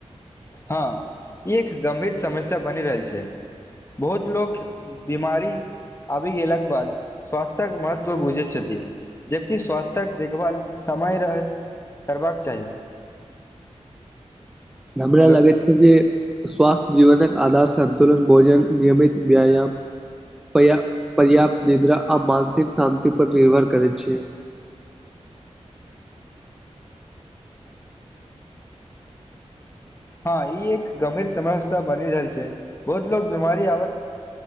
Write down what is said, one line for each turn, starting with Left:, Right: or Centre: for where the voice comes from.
Left: हँ एक गंभीर समस्या बनि रहल छ बहुत लोक बीमार अभी अलकेबाद स्वास्थ्य महत्त्व बुझे छत जबकि स्वास्थ्यक देखभाल समय रहत करबाक चाह
Centre: हमरा
Left: हेलो
Centre: लगैत छै जे स्वास्थ्य जीवनक आधार संन्तुलन भोजन नियमित व्याया पर्य पर्याप्त निद्रा आ मानसिक शान्ति पर निर्भर करैत छ
Left: हँ ई एक गंभीर समस्या बनि रहल छै बहुत लोग बीमारी आब